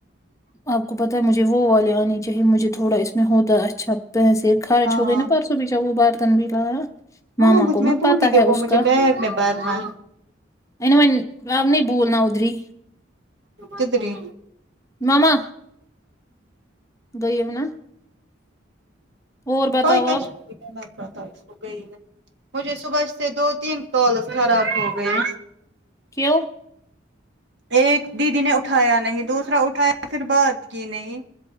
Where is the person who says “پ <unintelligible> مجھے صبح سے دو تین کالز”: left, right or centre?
Right